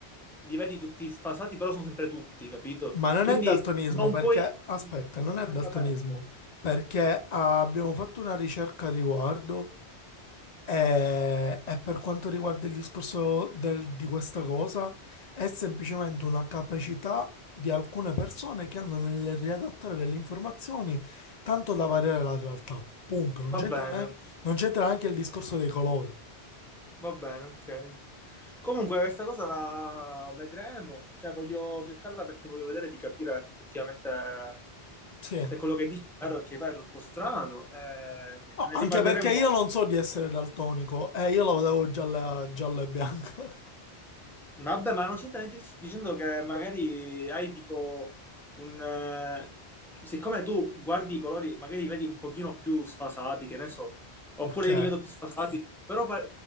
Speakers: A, in the centre; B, on the left (about 45°).
A: li vedi tutti sfasati, però sono sempre tutti, capito?
B: Ma non
A: Quindi
B: è daltonismo
A: non
B: perché,
A: puoi,
B: aspetta, non
A: non
B: è
A: puoi
B: daltonismo
A: saperlo.
B: perché ah, abbiamo fatto una ricerca a riguardo E, e per quanto riguarda il discorso del- di questa cosa, è semplicemente una capacità di alcune persone che hanno nel riadattare delle informazioni tanto da variare la realtà. Punto. Non
A: Va
B: c'entra
A: bene,
B: neanche, non c'entra neanche il discorso dei colori.
A: va bene, ok. Comunque questa cosa la vedremo, cioè voglio cercarla perché voglio vedere di capire effettivamente
B: Sì.
A: se quello che dici è vero, perché poi è troppo strano. Eh, niente,
B: No,
A: ne
B: anche
A: riparleremo
B: perché io non so di essere daltonico e io la vedevo gialla, gialla e bianca. <laughs>
A: Vabbè, ma non c'entra niente dicendo che magari hai tipo un... eh, siccome tu guardi i colori, magari li vedi un pochino più sfasati, che ne so, oppure
B: Ok,
A: io li vedo più sfasati, però pa-